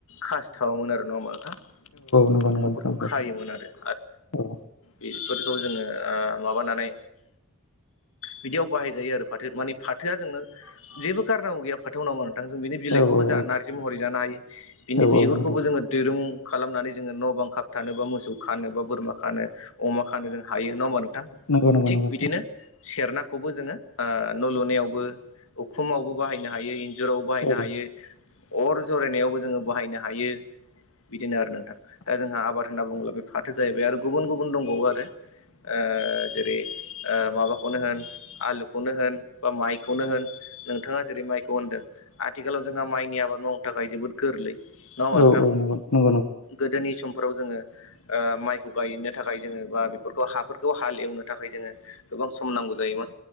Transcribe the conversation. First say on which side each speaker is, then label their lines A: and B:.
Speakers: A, on the left (about 65°); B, on the left (about 80°).
A: खासथावोमोन आरो नंङा होनबा' नोंथां
B: नंगौ नंगौ
A: न'फोरखौ
B: नंगौ
A: खायोमोन आरो।
B: औ
A: बेफोरखौ जोंङो ओ माबानानै। बिदियाव बाहायजायो आरो फाथो माने फाथोआ जोंनो। जेबो गारनांगौ गैया फाथो आव नोंथां जों बिनि बिलाइखौबो
B: औ नंगौ औ औ
A: नारजि महरै जानो हायो। बिनि बिगुरखौबो
B: औ औ
A: जोंङो दिरुं खालामनानै जोंङो न' बां खाब थानो बा मोसौ खानो बा बोरमा खानो। अमा खानो जों हायो नंङा होमबा नोंथां।
B: नंगौ नंगौ
A: थिग
B: नंगौ नंगौ औ
A: बिदिनो सेरनाखौबो जोंङो न' लुनायावबो। उखुमावबो बाहायनो हायो इन्जुरावबो बाहायनो
B: नंगौ
A: हायो। अर जरायनायावबो जोंङो बाहायनो हायो। बिदिनो आरो नोंथां दा जोंहा आबाद होनना बुंङोब्ला बे फाथो जाहैबाय आरो गुबुन गुबुन दंबावो आरो। ओ जेरै ओ माबाखौनो होन आलुखौनो होन बा माइखौ। खौनो होन नोंथाङा जेरै माइखौ होनदों आथिखालाव जोंहा माइनि आबाद मावनो थाखाय जोबोद गोरलै। नङा होमबा
B: औ
A: नोंथां
B: औ <unintelligible>
A: गोदोनि समफोराव जोङो ओ माइखौ गायनो थाखाय जोङो बा बेफोरखौ हाफोरखौ हालएवनो थाखाय जोङो गोबां सम नांगौ जायोमोन